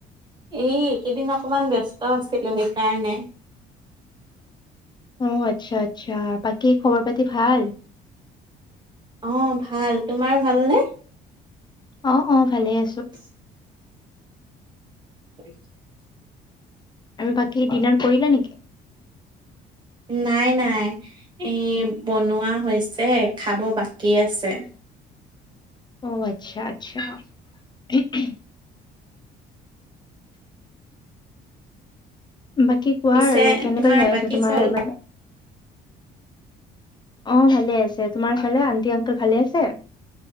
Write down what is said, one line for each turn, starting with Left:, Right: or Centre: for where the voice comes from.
Right: এই। এইকেইদিন অকণমান ব্যস্ত আছিলোঁ সেই কাৰণে।
Left: অ আচ্ছা আচ্ছা। বাকী খবৰ পাতি ভাল?
Right: অঁ ভাল। তোমাৰ ভালনে?
Left: অ অ ভালে আছোঁ।
Right: <inaudible> <inaudible>
Left: আৰু বাকী ডিনাৰ কৰিলা নেকি?
Right: নাই নাই এ বনোৱা হৈছে খাব বাকী আছে।
Left: অ আচ্ছা আচ্ছা। <unintelligible> বাকী কোৱা
Right: পিছে
Left: আৰু কেনেকৈ
Right: তোমাৰ
Left: যাই
Right: বাকী
Left: আছে তোমাৰ
Right: চব
Left: মানে অ ভালে আছে। তোমাৰ ফালে আন্টি আংকল ভালে আছে?